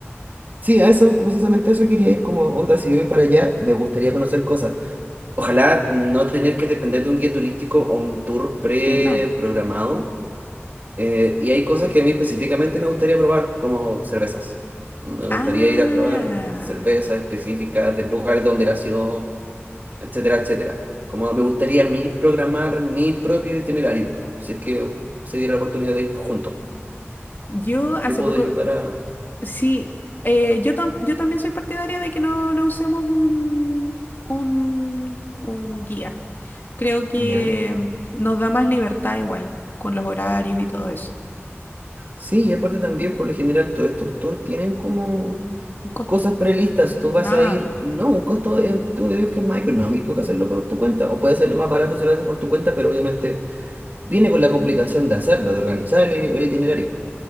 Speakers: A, on the right (about 40°); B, on the left (about 45°).
A: Sí, a eso, precisamente a eso quería ir como onda, si yo voy para allá, me gustaría conocer cosas. Ojalá no tener que depender de un guía turístico o un tour preprogramado.
B: Sí, no.
A: Eh, y hay cosas que a mí específicamente me gustaría probar, como cervezas. Me gustaría
B: Ah,
A: ir a probar cervezas específicas del lugar donde nació, etcétera, etcétera. Como me gustaría a mí programar mi propio itinerario, si es que se diera la oportunidad de ir juntos.
B: yo hace
A: Yo puedo
B: poco,
A: ayudar a...
B: sí, eh, yo, tam- yo también soy partidaria de que no, no usemos un, un, un guía. Creo que
A: Ya.
B: nos da más libertad igual, con los horarios y todo eso.
A: Sí, y aparte también, por lo general, todos estos tours tienen como
B: Un costo.
A: cosas prelistas, tú vas
B: Ah,
A: a ir, no, un costo, eh, tengo que decir que es más económico que hacerlo por tu cuenta, o puede hacerlo más barato si lo haces por tu cuenta, pero obviamente viene con la complicación de hacerlo, de organizar el, el itinerario.